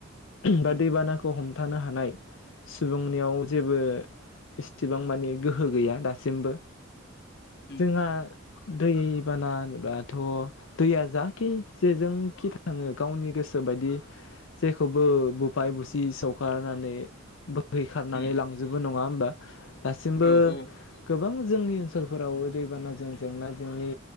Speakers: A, on the left (about 75°); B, on the left (about 55°).
A: बा
B: उम
A: दैबानाखौ हम थानो हानाय सुबुंनियाव जेबो एसेबां मानि गोहो गैया दासिमबो
B: उम
A: जोंहा दैबाना होनोब्ला थ' दैया जा कि जेजोंखि था आङो गावनि गोसो बायदि जेखौबो बुफाय बुसि सौखारनानै बोहैखारनानै
B: उम
A: लांजोबो नङा होमबा दासिमबो
B: औ औ
A: गोबां जोंनि ओनसोलफोराव दैबानाजों जेंना जेंनि